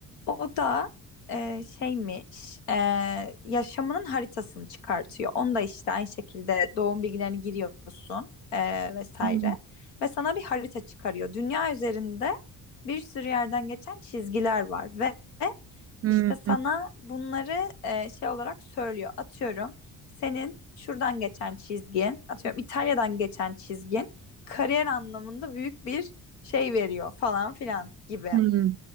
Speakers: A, on the left; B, on the right.
A: O da e, şeymiş, e, yaşamının haritasını çıkartıyor. Onu da işte aynı şekilde doğum bilgilerini giriyorsun e, vesaire.
B: Hı
A: Ve sana bir harita çıkarıyor. Dünya üzerinde bir sürü yerden geçen çizgiler var ve
B: hı
A: İşte sana bunları e, şey olarak söylüyor. Atıyorum senin şuradan geçen çizgin, atıyorum İtalya'dan geçen çizgin kariyer anlamında büyük bir şey veriyor falan filan gibi.
B: hı.